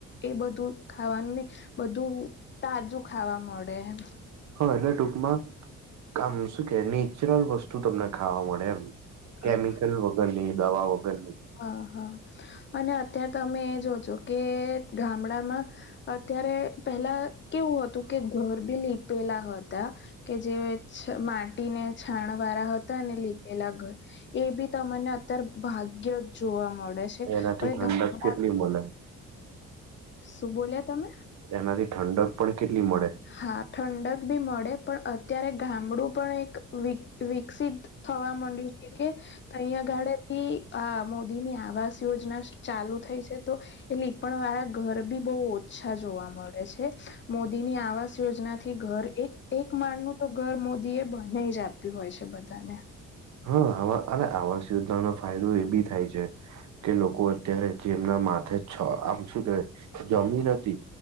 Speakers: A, on the left; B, on the right.
A: એ બધું ખાવાનું બધું. તાજું ખાવા મળે એમ.
B: હ એટલે ટૂંકમાં આમ શું કે નેચરલ વસ્તુ તમને ખાવા મળે એમ. કેમિકલ
A: હા
B: વગર લઈ દવા વગર લ.
A: હ હા અને અત્યારે તમે એ જોજો કે ગામડામાં. અત્યારે પેલા કેવું હતું કે ઘર બી લીપેલા હતા. કે જે માટીને છાણ વાળા હતા ને લીપેલા ઘર. એ બી તમને અત્યારે ભાગ્ય જ જોવા મળે છે.
B: એનાથી
A: હવે
B: ઠંડક
A: ગામડા
B: કેટલી મળે
A: શું બોલ્યા તમે.
B: એનાથી ઠંડક પણ કેટલી મળે.
A: હા ઠંડક બી મળે પણ અત્યારે ગામડું પણ એક વિકસિત. થવા માંડ્યું છે કે તહીંયાગાડે ભી આ મોદી ની આવાસ. યોજના ચાલુ થઈ છે તો એ પણ વારા. ઘર બી બહુ ઓછા જોવા મળે છે મોદી. એની આવાસ યોજના થી ઘર એક એક માળનુંું તો ઘર મોદી એ બનેજ આપ્યું હોય છે બધાને.
B: હા આ અરે આવાસ યોજનાનો ફાયદો એ બી થાય છે. કે લોકો અત્યારે જેમના માથે છ, આમ શું કેહેવાય જમીન હતી.